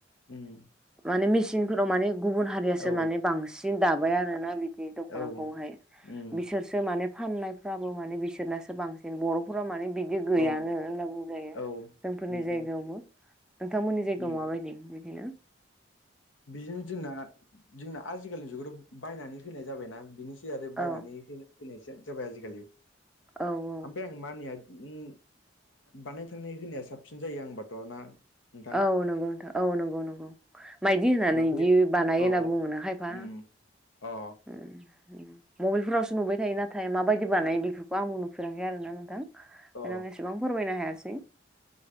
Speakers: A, on the left; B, in the centre.
A: उम
B: माने मेसिनफोराव माने गुबुन हारियासो
A: औ
B: माने बांसिन दाबाय आरोना बिदि दख'नाखौहाय
A: औ उम
B: बिसोरसो माने फाननायफ्राबो माने बिसोरनासो बांसिन बर'फोरा माने बि दि गैयानो
A: औ
B: होनना बुंजायो
A: औ
B: जोंफोरनि
A: नंगौ
B: जायगायावबो नोंथांमोननि जायगायाव
A: उम
B: माबायदि बिदिनो
A: बिदिनो जोंना जोंना आजिखालिनि जुगाथ' बायनानै होनाय जाबायना बेनोसै आरो बायनानै
B: औ
A: होन होनायसो जाबाय आजिखालि
B: औ औ
A: ओमफ्राय आं मानिया उम बानाय थानाय होनाया साबसिन जायो आंबाथ' ना नोंथां
B: औ नंगौ नोंथां औ नंगौ नंगौ माइदि होनानै
A: ना
B: बिदि
A: बै
B: बानायो
A: औ
B: होनना बुङोना खायफा
A: उम अ
B: उम मबाइलफोरावसो नुबाय थायो नाथाय माबायदि बानायो बेफोरखौ आंबो नुफेराखै आरोना नोंथां ओंखायनो
A: अ
B: आं एसेबां फोरमायनो हायासै